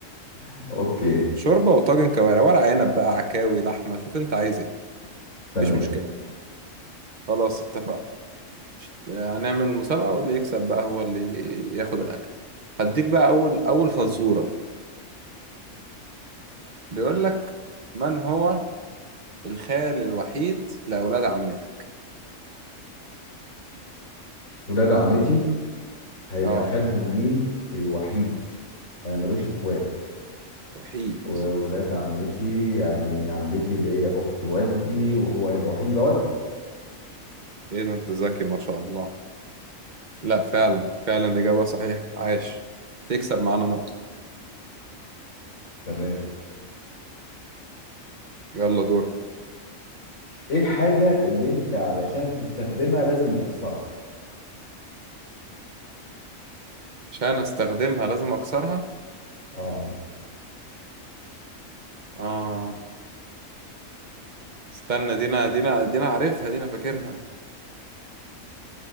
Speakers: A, on the left; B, on the right.
A: <laughs> اوكي
B: شوربه وطاجن كوارع ورق عنب بقى عكاوي لحمه شوف انت عايز ايه
A: تمام
B: مفيش مشكله خلاص اتفقنا هنعمل مسابقه واللي يكسب بقى هو اللي ياخد الاكل هديك بقى اول اول فزوره بيقول لك من هو الخال الوحيد لاولاد عمتك
A: ولاد عمتي هيبقى
B: اه
A: خالهم مين الوحيد انا ملوش
B: وح-
A: اخوات
B: وحيد
A: وولاد عمتي يعني عمتي اللي هي اخت والدي وهو هيبقى وحيد يبقى والدي
B: ايه ده انت ذكي ما شاء الله لا فعلا فعلا اجابه صحيحه عاش تكسب معانا نقطه
A: تمام
B: يلا دورك
A: ايه الحاجة اللي انت علشان تستخدمها لازم تكسرها
B: عشان استخدمها لازم اكسرها
A: اه
B: آه استنى دينا دينا دينا عارفها دينا فاكرها